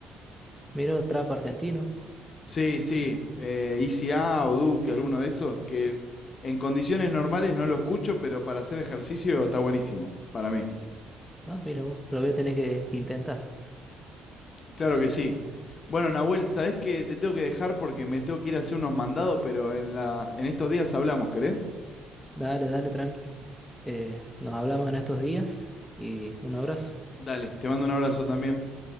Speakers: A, in the centre; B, on the left (about 45°).
A: mira trap argentino.
B: Sí, sí. Eh, Easy A o Duke, alguno de esos, que es- en condiciones normales no lo escucho, pero para hacer ejercicio está buenísimo, para mí.
A: Ah, mira vos, lo voy a tener que, que intentar.
B: Claro que sí. Bueno, Nahuel, sabés que te tengo que dejar porque me tengo que ir a hacer unos mandados, pero en la, en estos días hablamos, ¿querés?
A: Dale, dale, tranqui. Eh, nos hablamos en estos días y un abrazo.
B: Dale, te mando un abrazo también.